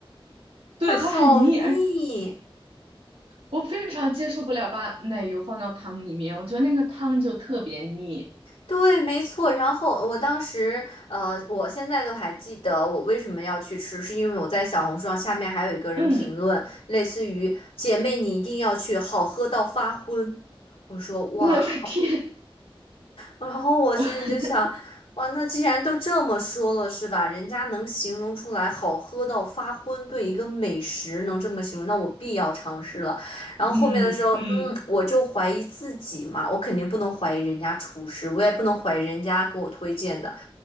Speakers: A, on the right (about 75°); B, on the left (about 85°).
A: 对，
B: 它好腻。
A: 它很腻，而我非常接受不了把奶油放到汤里面，我觉得那个汤就特别腻。
B: 对，没错。然后我当时，呃，我现在都还记得我为什么要去吃，是因为我在小红书上下面还有一个人评论，
A: 嗯，
B: 类似于“姐妹你一定要去，好喝到发昏”。我说哇，
A: 我的天，
B: 然后我心里就想，
A: 我 <laughs>
B: 哇，那既然都这么说了，是吧？人家能形容出来好喝到发昏，对一个美食能这么形容，那我必要尝试了。然后后面的时候，
A: 嗯嗯
B: 嗯，我就怀疑自己嘛，我肯定不能怀疑人家厨师，我也不能怀疑人家给我推荐的，